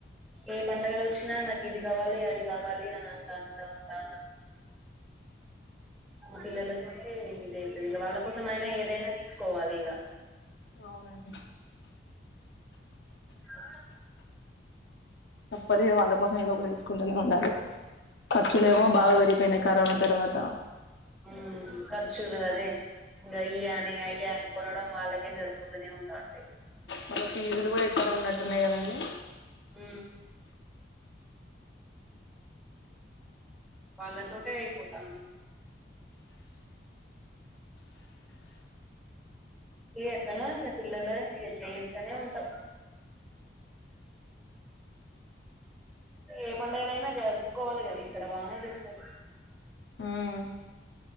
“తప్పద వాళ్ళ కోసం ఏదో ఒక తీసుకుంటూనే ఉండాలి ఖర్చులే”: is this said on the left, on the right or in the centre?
Left